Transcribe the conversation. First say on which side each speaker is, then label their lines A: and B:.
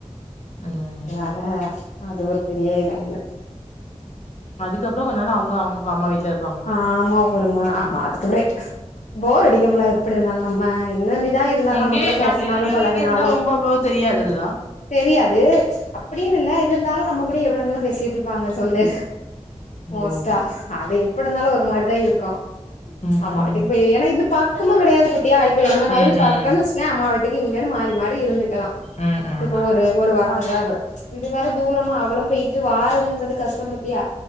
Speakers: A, on the left (about 70°); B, on the left (about 85°).
A: அ
B: அதனால அது ஒரு பெரிய இதா இல்ல
A: அதுக்கப்றோ கொஞ்நாள் அவுங்க அவுங்க அம்மா வீட்ல இருப்
B: ஆமா ஒருமா ஆமா அதுக்குப்புறே போர் அடிக்கும்ல எப்டி இருந்தாலு நம்ம என்னென்னிதா இருந்தாலு
A: இங்கே
B: நம்ம கூட
A: நா
B: பேசுனாலு
A: இப்ப நீங்க
B: பழகுனாலு
A: இங்க இருந்தா ரொம்ப அவ்ளோ தெரியாதுல்ல
B: தெரியாது அப்டின்னு இல்ல இருந்தாலு நம்ம கூட எவ்ளோ நேரோ பேசிட்டு இரு ப்பாங்க சொல்லு மோஸ்டா
A: ஓ
B: அது எப்டி இருந்தாலு ஒரு மாரிதா இருக்கு
A: ம்
B: ஆமா
A: ம்
B: வீட்டுக்கு போய் ஏன்னா இது பக்கமா கிடையாது பாத்தியா இப்ப என்ன மாரி
A: ம்
B: பக்
A: ம்
B: கன்வச்சிக்க அம்மா வீட்டுக்கு இங்கன்னு மாறி மாறி இருந்துக்கலா
A: ம் ம்
B: இப்போ ஒரு ஒரு வாரோ அங்க இது வேற தூரமா அவளு போயிட்டு வாரறதுங்கறது கஷ்டம் பத்தியா